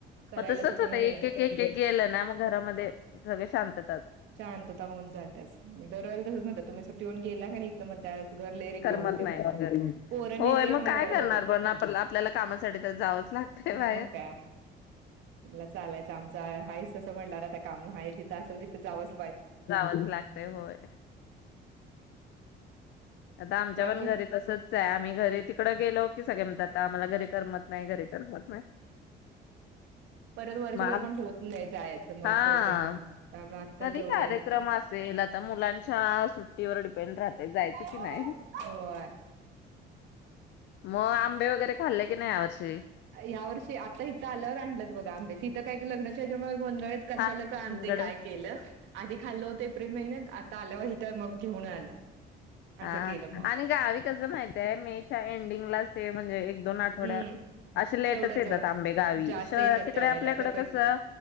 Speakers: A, on the right; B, on the left.
A: करायला
B: मग तसच
A: तू
B: होतं
A: पण होते.
B: एक एक एक एक गेलं ना मग घरामध्ये सगळे शांतताच
A: शांतता होऊन जातीयाच दरवेळेला तसंच म्हणता तुम्ही चफ टेऊन गेला का नई हितनं म्हणत्यात. घर लय रिकामा
B: करमत
A: होतय
B: नाही
A: म्हणत्यात,
B: मग घरी
A: पोरं
B: होय
A: नई ते
B: मग
A: त्यामुळे
B: काय
A: होतेत.
B: करणार पण आपण आपल्याला कामासाठी तर जावंच लागतंय बाहेर
A: मग काय, म्हटलं चालायचं, आमचं हायच. सो म्हटलं आता काम आहे, जिथं असल तिथं जावच
B: जावंच लागतेय होय. आता आमच्या
A: बाकी
B: पण घरी तसच आहे, आम्ही घरी तिकड गेलो की सगळे म्हणतात आम्हाला घरी करमत नाही, घरी करमत नाही.
A: परत वर्षभर
B: म आ
A: पण होत नाही जायचं मग
B: हा
A: असं होते ना त्यामुळे आत्ताच
B: कधी
A: जाऊन
B: कार्यक्रम
A: यायला ते
B: असेल, आता मुलांच्या सुट्टीवर डिपेंड राहतय जायचं.
A: होय.
B: की नाही मग आंबे वगैरे खाल्ले की नाही यावर्षी
A: या वर्षी आता इथं आल्यावर आणलेत. आंबे तिथं काय ग लग्नाच्या ह्याज्यामुळे गोंधळेत कशाला
B: हा,
A: का आणते
B: गड
A: काय केलं. आधी खाल्लं होतं एप्रिल महिन्यात आता आल्यावर इथ मग घेऊन आलं.
B: हा
A: असं केलं मग
B: आणि गावी कस माहिती आहे, मेच्या एंडिंगलाच ते म्हणजे एक दोन आठवड्यात
A: हम्म
B: असे लेटच
A: तेवढंच
B: येतात आंबे गावी
A: जास्त
B: शह
A: येतात
B: तिकडे
A: त्यावेेळेला
B: आपल्याकड
A: ते पै
B: कसं